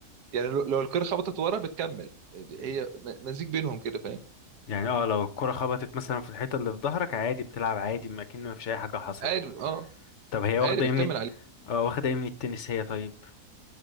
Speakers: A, on the right (about 85°); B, on the left (about 55°).
A: يعني لو لو الكره خبطت ورا بتكمل يعني هي م- مزيج بينهم كده فاهم
B: يعني اه لو الكرة خبطت مثلا في الحيطة اللي في ظهرك عادي بتلعب عادي ما كأن ما فيش أي حاجة حصلت
A: قارب اه
B: طب هي واخدة
A: قارب
B: ايه
A: بتكمل
B: من الت...
A: عليه
B: اه واخدة ايه من التنس هي طيب